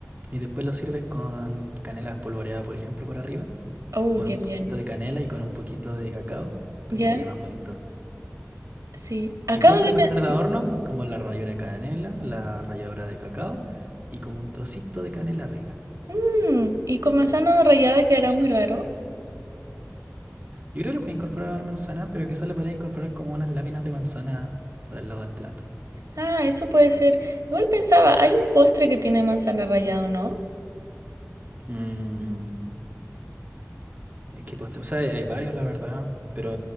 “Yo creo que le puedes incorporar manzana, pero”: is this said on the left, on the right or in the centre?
Right